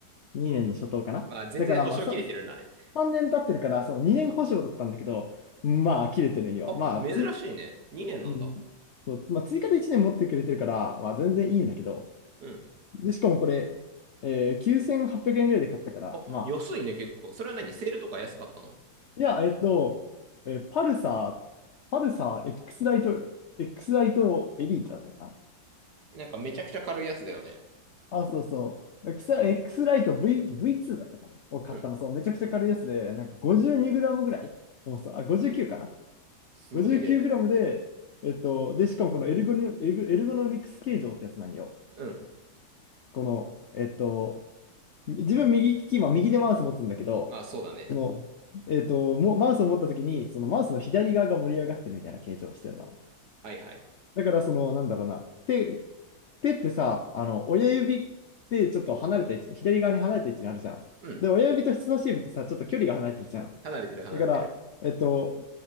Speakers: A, on the left; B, on the right.
A: 2年の初頭かな。
B: まあ、全然保証切れてるんだね。
A: だから、まあ、さ、3年経ってるから、そう、2年保証だったんだけど、まあ、切れてるんよ。
B: あ、
A: まあ、
B: 珍しいね。
A: つい、
B: 2年なんだ。
A: うん。そう、まあ、追加で1年持ってくれてるから、まあ、全然いいんだけど。
B: うん。
A: で、しかもこれ、えー、9800円ぐらいで買ったから、
B: あ、
A: まあ、
B: 安いね、結構。それは何セールとか安かったの
A: いや、えっと、えーパルサー、パルサー、X ライト、X ライトエリートだったかな。
B: なんかめちゃくちゃ軽いやつだよね。
A: あ、そうそう。X、X ライト V、V2 だったかな。を買ったの、
B: うん。
A: そう、めちゃくちゃ軽いやつで、なんか 52g ぐらい重さ、あ、59かな。
B: すごいね。
A: 59g で、えっと、で、しかもこのエルゴニ、エルゴエルゴノミクス形状ってやつなんよ。
B: うん。
A: この、えっと、自分右利き、今右でマウス持つんだけど、
B: まあ、そうだね。
A: その、えっと、もうマウスを持った時に、そのマウスの左側が盛り上がってるみたいな形状をしてるな。
B: はいはい。
A: だから、その、なんだろうな。手、手ってさ、あの、親指ってちょっと離れた位置に、左側に離れた位置にあるじゃん。
B: うん。
A: で、親指と人差し指ってさ、ちょっと距離が離れてるじゃん。
B: 離れてる離れてる。
A: だから、えっと、